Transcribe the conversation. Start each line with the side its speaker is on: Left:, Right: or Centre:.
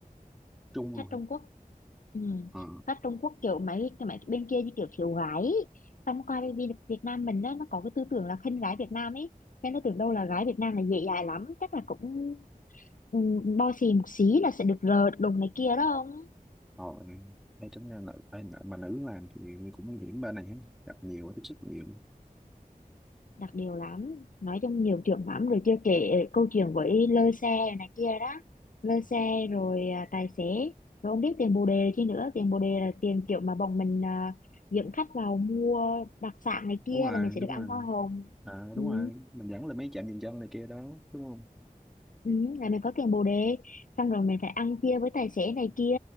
Centre: Trung luôn
Left: khách Trung
Centre: hả?
Left: Quốc ừ.
Centre: ờ
Left: khách Trung Quốc kiểu mấy cái mấy bên kia như kiểu thiếu gái ấy. xong qua bên Việt Việt Nam mình đó nó có cái tư tưởng là khinh gái Việt Nam ấy nên nó tưởng đâu là gái Việt Nam là dễ dãi lắm chắc là cũng ừ, bo xì một xí là sẽ được rợt đùng này kia đó không
Centre: rồi đây tính ra nữ ê, nữ- mà nữ làm thì cũng nguy hiểm bên này ha gặp nhiều tiếp xúc nhiều
Left: đặc điều lắm nói chung nhiều chuyện lắm rồi chưa kể câu chuyện với lơ xe này kia đó lơ xe rồi à, tài xế rồi không biết tiền bồ đề chi nữa tiền bồ đề là tiền kiểu mà bọn mình à, dẫn khách vào mua đặc sản này kia
Centre: đúng rồi
Left: là mình sẽ
Centre: đúng
Left: được ăn
Centre: rồi
Left: hoa hồng
Centre: à,
Left: ừ,
Centre: đúng rồi mình dẫn lên mấy trạm dừng chân này kia đó đúng không
Left: ừ, là mình có tiền bồ đề xong rồi mình phải ăn chia với tài xế này kia